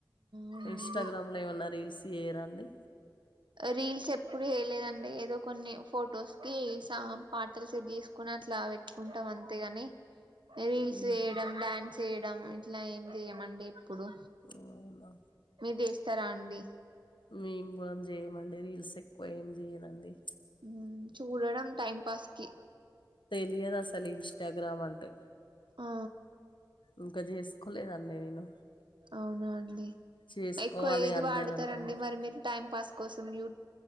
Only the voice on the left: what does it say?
ఇంస్టాగ్రామ్ లో ఏమన్నా రీల్స్ చేయరా అండి
హుహు.
ఓయమ్మా
మేం <inaudible> చెయ్యమండి రీల్స్ ఎక్కువ ఏం చెయ్యనండి
లియదు అసలు ఇంస్టాగ్రామ్ అంటే
ఇంకా చేసుకోలేదండి నేను
చేసుకోవాలి
అందరు
అంటున్నారు